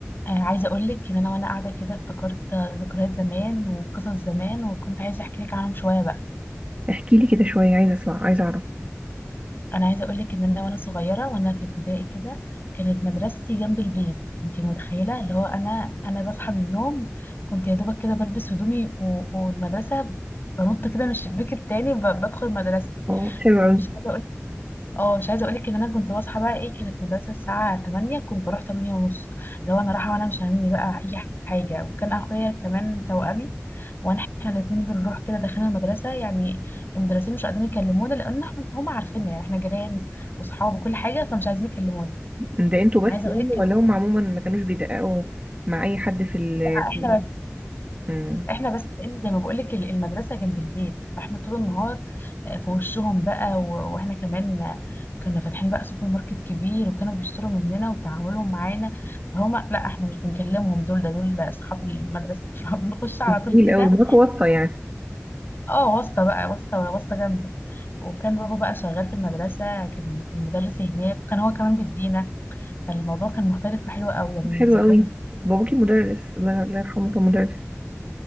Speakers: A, on the left; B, on the right.
A: آه، عايزة أقولك إن أنا وأنا قاعدة كده افتكرت آه، ذكريات زمان وقصص زمان وكنت عايزة أحكي لك عنهم شوية بقى
B: احكي لي كده شوية عايزة اسمع عايزة اعرف
A: أنا عايزة أقولك إن أنا وأنا صغيرة وأنا في ابتدائي كده كانت مدرستي جنب البيت أنتي متخيلة اللي هو أنا أنا بصحى من النوم كنت يا دوبك كده بلبس هدومي و- والمدرسة بنط كده من الشباك التاني ب- بدخل مدرستي
B: اه حلو
A: ومش
B: قوي
A: عايزة أقولك اه مش عايزه اقول لك ان انا كنت بصحى بقى ايه كانت مدرسه الساعه 8 كنت بروح 8 ونص لو انا رايحه وانا مش هاممني بقى اي حاجه وكان اخويا كمان توأمي وانا احنا الاثنين بنروح كده داخلين المدرسه يعني المدرسين مش قادرين يكلمونا لان احنا هم عارفيننا يعني احنا جيران واصحاب وكل حاجه فمش عايزين يكلمونا
B: ده انتوا
A: عايزه
B: بس يعني
A: اقول لك كمان
B: ولا هم عموما ما كانوش بيدققوا مع اي حد في ال
A: لا احنا
B: في- مم.
A: احنا بس إن زي ما بقولك ال- المدرسة جنب البيت فاحنا طول النهار آه، في وشهم بقى و- واحنا كمان آه، كنا فاتحين بقى سوبر ماركت كبير وكانوا بيشتروا مننا وتعاملهم معانا فهما لا احنا مش بنكلمهم دول ده دول اصحاب المدرسة <laughs> فبنخش على
B: جميل
A: طول كده
B: قوي معاكوا واسطة يعني
A: اه واسطة بقى واسطة واسطة جامدة وكان بابا بقى شغال في المدرسة كان كان مدرس هناك وكان هو كمان بيدينا فالموضوع كان مختلف وحلو قوي يعني
B: حلو
A: الذكريات
B: قوي
A: دي
B: باباكي مدرس الله الله يرحمه كان مدرس